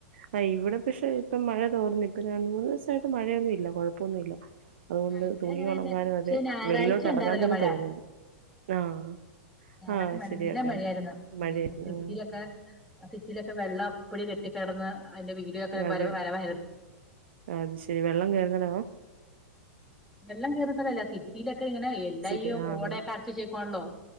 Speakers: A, on the right; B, in the centre.
A: ആ ഇവടെ പക്ഷെ ഇപ്പ മഴ തോർന്ന് ഇപ്പൊ രണ്ട്, മൂന്ന് ദിവസായിട്ട് മഴയൊന്നുല്ല അതുകൊണ്ട്
B: ആ ഇവിടെ
A: തുണിയൊണങ്ങാരും
B: അങ്ങനെ തന്നെ പക്ഷെ
A: അതെ
B: ഞായറാഴ്ച
A: വെള്ളിലോട്ടെറങ്ങാനും
B: ഉണ്ടായിരുന്നല്ലോ
A: തന്നെ
B: മഴ
A: തോന്നുന്നത് ആഹ
B: ഞായറാഴ്ച
A: ആഹ
B: നല്ല
A: ശരിയാക്ക
B: മഴയായിരുന്നു ഉം
A: മഴയായിരുന്നു
B: സിറ്റിലൊക്കെ
A: ആഹ്
B: സിറ്റിലൊക്കെ വെള്ളം അപ്പടികെട്ടിക്കിടന്ന് അയ്ന്റെ വീഡിയോക്കെ
A: അതെ
B: വര വരവയിരുന്നു.
A: അത് ശരി വെള്ളം കേറുന്നടവാ
B: വെള്ളം, കേറുന്ന, സ്ഥലല്ല, സിറ്റിലൊക്കെങ്ങനെ എല്ലാ
A: ശരി
B: ഈ
A: ആഹ്
B: ഓടയൊക്കെ
A: അങ്ങനെ
B: അടച്ചു വെച്ചേക്കണല്ലോ